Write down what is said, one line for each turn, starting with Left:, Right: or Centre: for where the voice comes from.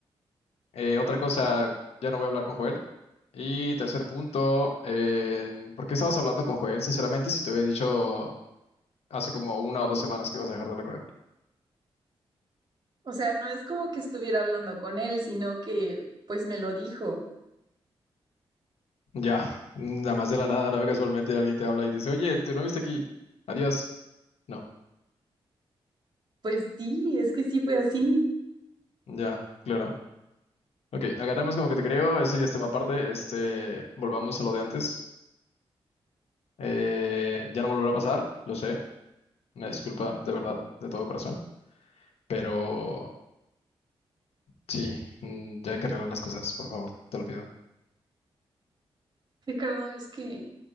Left: Eh, otra cosa, ya no voy a hablar con Joel. Y tercer punto, eh, ¿por qué estabas hablando con Joel, sinceramente, si te había dicho hace como una o dos semanas que ibas a dejar de hablar con él?
Right: O sea, no es como que estuviera hablando con él, sino que pues me lo dijo.
Left: Ya, <laughs> nada más de la nada, ¿no? Casualmente alguien te habla y dice, oye, tú no viste aquí. Adiós. No,
Right: Pues sí, es que sí fue así.
Left: ya, claro. Ok, agarramos como que te creo, eso ya es tema aparte. Este, volvamos a lo de antes. Eh, ya no volverá a pasar, lo sé. Una disculpa de verdad, de todo corazón. Pero sí, mm, ya hay que arreglar las cosas, por favor, te lo pido.
Right: Ricardo, es que,